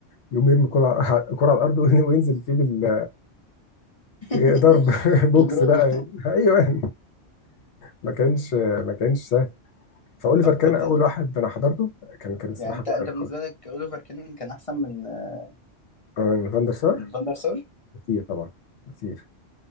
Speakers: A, on the left; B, on the left.
A: يقوم يرمي الكرة على <laughs> الكرة على الارض وين- وينزل فيه بال
B: <laughs>
A: ضرب <laughs> بوكس
B: بيضربه
A: بقى ايوه ما كانش ما كانش سهل
B: <laughs>
A: فاوليفر
B: طب
A: كان
B: طب
A: اول
B: ده
A: واحد انا حضرته كان كان الصراحه
B: يعني انت
A: بقى
B: انت بالنسبه لك اوليفر كان كان احسن من آه،
A: عن فاندر سار
B: من فان دار سار
A: كتير طبعا كتير